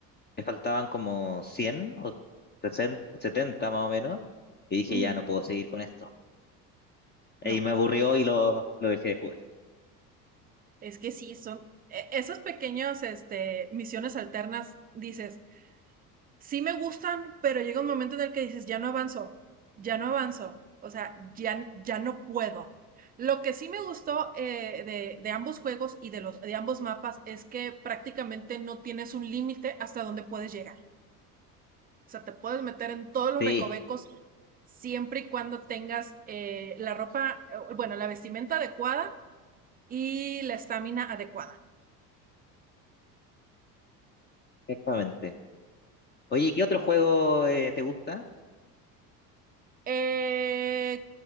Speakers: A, on the left; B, on the right.
A: me faltaban como 100 o 60 70 más o menos, y dije,
B: ujú.
A: ya no puedo seguir con esto.
B: No.
A: Y me aburrió y lo, lo dejé de jugar.
B: Es que sí, son e- esos pequeños, este, misiones alternas, dices, sí me gustan, pero llega un momento en el que dices, ya no avanzo, ya no avanzo, o sea, ya, ya no puedo. Lo que sí me gustó eh, de, de ambos juegos y de los de ambos mapas es que prácticamente no tienes un límite hasta donde puedes llegar. O sea, te puedes meter en todos los
A: Sí,
B: recovecos
A: ju-
B: siempre y cuando tengas eh, la ropa, eh, bueno, la vestimenta adecuada y la estamina adecuada.
A: exactamente. Oye, ¿qué otro juego eh, te gusta?
B: Eh,